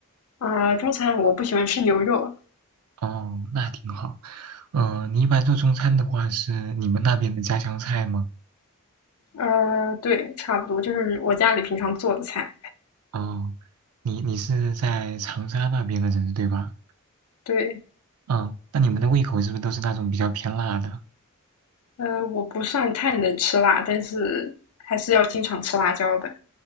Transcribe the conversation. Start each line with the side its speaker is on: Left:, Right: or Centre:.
Left: 啊、呃中餐我不喜欢吃牛肉，
Right: 哦，那挺好。嗯、你一般做中餐的话，是你们那边的家乡菜吗？
Left: 呃，对，差不多就是我家里平常做的菜。
Right: 哦，你你是在长沙那边的人对吧？
Left: 对，
Right: 嗯，那你们的胃口是不是都是那种比较偏辣的？
Left: 呃，我不算太能吃辣，但是还是要经常吃辣椒的